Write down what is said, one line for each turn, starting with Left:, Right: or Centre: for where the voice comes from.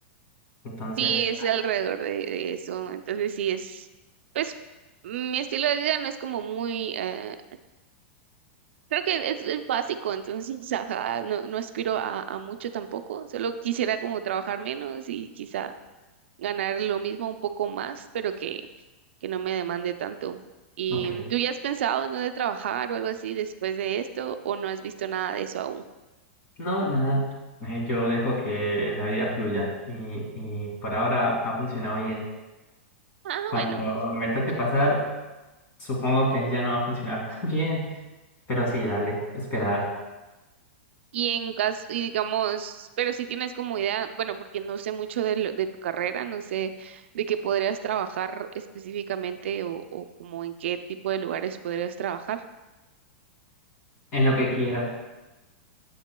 Left: Entonces,
Right: Sí, es alrededor de, de eso. Entonces sí es, pues mi estilo de vida no es como muy, eh, creo que es, es básico, entonces, <laughs> ajá, no, no aspiro a, a mucho tampoco. Solo quisiera como trabajar menos y quizá ganar lo mismo un poco más, pero que, que no me demande tanto. ¿Y
Left: ok,
Right: tú ya has pensado en dónde trabajar o algo así después de esto o no has visto nada de eso aún?
Left: no, nada, eh, yo dejo que la vida fluya, y, y por ahora ha funcionado bien.
Right: Ah,
Left: Cuando
Right: bueno.
Left: me toque pasar... Supongo que ya no va a funcionar <laughs> tan bien, pero sí, dale, esperar
Right: Y en caso, y digamos, pero si tienes como idea, bueno, porque no sé mucho de, lo- de tu carrera, no sé de qué podrías trabajar específicamente o, o como en qué tipo de lugares podrías trabajar.
Left: en lo que quieras.